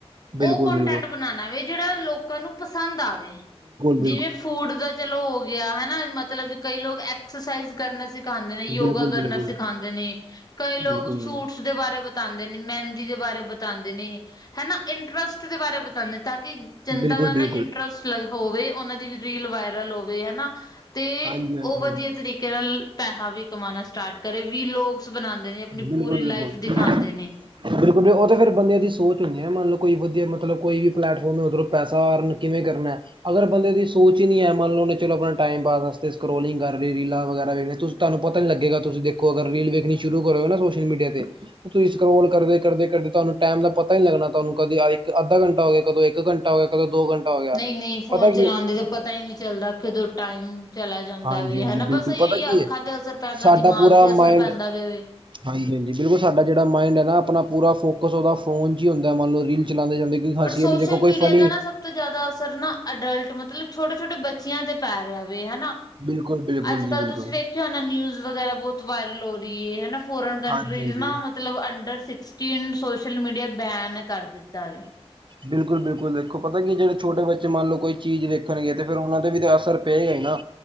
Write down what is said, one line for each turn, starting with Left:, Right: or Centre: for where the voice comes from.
Right: ਬਿਲਕੁਲ
Left: ਉਹ ਕੋਂਟੈਂਟ
Right: ਬਿਲਕੁਲ
Left: ਬਣਾਣਾ ਵੇ ਜਿਹੜਾ ਲੋਕਾਂ ਨੂੰ ਪਸੰਦ ਆਵੇ,
Right: ਬਿਲਕੁਲ ਬਿਲਕੁਲ
Left: ਜਿਵੇਂ ਫੂਡ ਦਾ ਚਲੋ ਹੋ ਗਿਆ ਹਨਾ, ਮਤਲਬ ਕਈ ਲੋਕ ਐਕਸਰਸਾਈਜ਼ ਕਰਨਾ। ਸਿਖਾਉਂਦੇ ਨੇ ਯੋਗਾ
Right: ਬਿਲਕੁਲ
Left: ਕਰਨਾ
Right: ਬਿਲਕੁਲ
Left: ਸਿਖਾਉਂਦੇ ਨੇ ਕਈ ਲੋਕ
Right: ਬਿਲਕੁਲ
Left: ਸੂਟ ਦੇ ਬਾਰੇ ਬਤਾਉਂਦੇ ਨੇ ਮਹਿੰਦੀ ਦੇ ਬਾਰੇ ਬਤਾਉਂਦੇ ਨੇ, ਹੈ ਨਾ ਇੰਟਰਸਟ ਦੇ ਬਾਰੇ ਬਤਾਉਂਦੇ ਤਾਂ, ਕਿ ਜਨਤਾ
Right: ਬਿਲਕੁਲ
Left: ਦਾ ਨਾ
Right: ਬਿਲਕੁਲ
Left: ਇੰਟਰਸਟ ਹੋਵੇ, ਉਹਨਾਂ ਦੀ ਰੀਲ ਵਾਇਰਲ ਹੋਵੇ ਹਨਾ, ਤੇ
Right: ਹਾਂਜੀ ਹਾਂਜੀ
Left: ਉਹ ਵਧੀਆ ਤਰੀਕੇ ਨਾਲ ਪੈਸਾ ਵੀ ਕਮਾਉਣਾ ਸਟਾਰਟ ਕਰੇ ਵੀ, ਲੋਕ ਬਣਾਉਂਦੇ ਨੇ ਆਪਣੀ
Right: ਬਿਲਕੁਲ
Left: ਪੂਰੀ ਲਾਈਫ
Right: ਬਿਲਕੁਲ
Left: ਦਿਖਾਉਂਦੇ ਨੇ।
Right: ਬਿਲਕੁਲ ਉਹ ਤਾਂ ਫਿਰ ਬਦਿਆਂ ਦੀ ਸੋਚ ਹੁੰਦੀ ਹੈ, ਨਾ ਮੰਨ ਲਓ ਕੋਈ ਵਧੀਆ ਮਤਲਬ ਕੋਈ ਵੀ। ਪਲੈਟਫਾਰਮ ਹੈ, ਉੱਧਰੋਂ ਪੈਸਾ ਅਰਨ ਕਿਵੇਂ ਕਰਨਾ? ਅਗਰ ਬੰਦੇ ਦੀ ਸੋਚ ਹੀ ਨੀ ਹੈ ਮੰਨ ਲਓ ਚਲੋ, ਆਪਣਾ ਟਾਈਮ ਪਾਸ ਸਕੋਲਿੰਗ ਕਰ, ਲਈਹੇ ਰੀਲਾਂ ਵਗੈਰਾ ਵਖ ਲਹੇ ਤੁਸੀਂ ਤੁਹਾਨੂੰ ਪਤਾ ਨੀ ਲੱਗੇਗਾ, ਤੁਸੀ ਦੇਖੋ ਅਗਰ ਰੀਲ ਵੇਖਣੀ ਸ਼ੁਰੂ ਹੋ ਸੋਸ਼ਲ ਮੀਡੀਆ ਤੇ ਤੇ ਤੁਸੀਂ ਸਕੋਲ ਕਰਦੇ, ਕਰਦੇ, ਕਰਦੇ ਤੁਹਾਨੂੰ ਟਾਈਮ ਦਾ ਪਤਾ ਹੀ ਨਹੀਂ ਲੱਗਣਾ, ਤੁਹਾਨੂੰ ਕਦੀ ਇੱਕ ਅਧਾ ਘੰਟਾ ਹੋ ਗਿਆ, ਕਦੋਂ ਇੱਕ ਘੰਟਾ ਹੋਗਾ। ਕਦੋਂ ਦੋ ਘੰਟਾ ਹੋ ਗਿਆ,
Left: ਨਹੀਂ ਨਹੀਂ ਫੋਨ
Right: ਪਤਾ ਕੀ
Left: ਚਲਾਉਂਦੇ
Right: ਹੈ।
Left: ਤਾਂ ਪਤਾ ਹੀ ਨਹੀਂ ਚੱਲਦਾ ਕਦੋਂ ਟਾਈਮ ਚਲਾ ਜਾਂਦਾ
Right: ਹਾਂਜੀ
Left: ਵੇ
Right: ਹਾਂਜੀ,
Left: ਹਨਾ
Right: ਬਿਲਕੁਲ
Left: ਬਸ ਇਹੀ
Right: ਪਤਾ
Left: ਹੀ
Right: ਕੀ
Left: ਅੱਖਾਂ
Right: ਹੈ
Left: ਤੇ ਅਸਰ ਪੈਂਦਾ
Right: ਸਾਡਾ
Left: ਦਿਮਾਗ
Right: ਪੂਰਾ
Left: ਤੇ ਅਸਰ
Right: ਮਾਇੰਡ
Left: ਪੈਂਦਾ ਵੇ ਵੇ
Right: ਹਾਂਜੀ-ਹਾਂਜੀ, ਬਿਲਕੁਲ ਸਾਡਾ ਜਿਹੜਾ ਮਾਈੰਡ ਹੈ ਨਾ ਆਪਣਾ ਪੂਰਾ ਫੋਕ ਕੁਸ ਓਦਾ ਫੋਨ 'ਚ ਈ ਹੁੰਦਾ ਮੰਨਲੋ, ਰੀਲ ਚਲਾਂਦੇ ਕਈ
Left: ਪਰ
Right: ਹਸੀ
Left: ਸੋਸ਼ਲ
Right: ਜਾਂਦੇ ਦੇਖੋ
Left: ਮੀਡੀਆ
Right: ਕੋਈ ਫਨੀ
Left: ਦਾ ਨਾ ਸਭ ਤੋਂ ਜ਼ਿਆਦਾ ਅਸਰ ਨਾ ਅਡਲਟ ਮਤਲਬ, ਛੋਟੇ-ਛੋਟੇ ਬੱਚਿਆਂ ਤੇ ਪੈ ਰਿਹਾ ਵੇ ਹਨਾ।
Right: ਬਿਲਕੁਲ ਬਿਲਕੁਲ
Left: ਅੱਜ-ਕੱਲ੍ਹ
Right: ਜੀ ਬਿਲਕੁਲ
Left: ਤੁਸੀਂ ਵੇਖਿਆ ਹੋਣਾ ਨਿਊਜ਼ ਵਗੈਰਾ ਬਹੁਤ ਵਾਇਰਲ ਹੋ ਰਹੀ ਏ ਹਨਾ ਫੋਰਨ ਕੰਟਰੀਜ਼
Right: ਹਾਂਜੀ ਹਾਂਜੀ
Left: ਨਾਅ ਮਤਲਬ, under sixteen social media ban ਕਰ ਦਿੱਤਾ ਵੇ।
Right: ਬਿਲਕੁਲ-ਬਿਲਕੁਲ, ਦੇਖੋ ਪਤਾ ਕੀ ਏ ਜਿਹੜੇ ਛੋਟੇ ਬੱਚੇ ਮੰਨ ਲਓ ਕੋਈ ਚੀਜ਼ ਦੇਖਣਗੇ, ਤੇ ਫਿਰ ਉਹਨਾਂ ਦੇ ਵੀ ਅਸਰ ਪੇਗਾ ਈ ਨਾ